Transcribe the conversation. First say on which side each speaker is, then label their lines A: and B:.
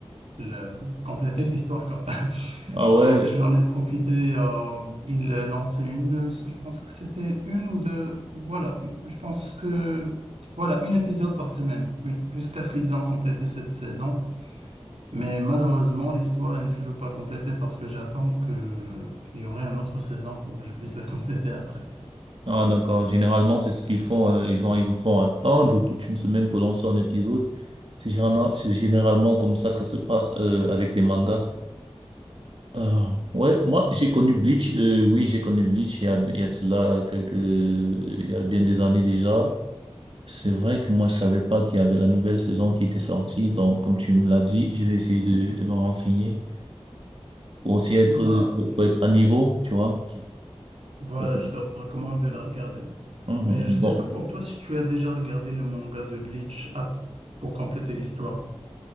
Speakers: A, on the right; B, on the right.
A: le, compléter l'histoire, quoi. <laughs>
B: Ah ouais,
A: Donc, j'en ai profité. euh, ils lançaient une, je pense que c'était une ou deux. Voilà, je pense que, voilà, une épisode par semaine. Oui, jusqu'à ce qu'ils ont complété cette saison. Mais malheureusement, l'histoire elle n'est toujours pas complétée parce que j'attends que qu'il y aurait une autre saison pour que je puisse la <laughs> compléter après.
B: ah d'accord. Généralement, c'est ce qu'ils font. euh, Ils ont, ils vous font attendre toute une semaine pour lancer un épisode. C'est généralement, c'est généralement comme ça que ça se passe euh, avec des mangas. Euh, ouais, moi j'ai connu Bleach. euh, oui, j'ai connu Bleach. Il y a, il y a de cela quelques, il y a bien des années déjà. C'est vrai que moi je savais pas qu'il y avait la nouvelle saison qui était sortie. Donc comme tu me l'as dit, je vais essayer de, de me renseigner pour aussi être,
A: Bah,
B: pour être à niveau, tu vois.
A: Voilà,
B: Mhm.
A: je te recommande de la regarder.
B: Bon.
A: Mais je sais pas pour toi si tu as déjà regardé le manga de Bleach ah, pour compléter l'histoire,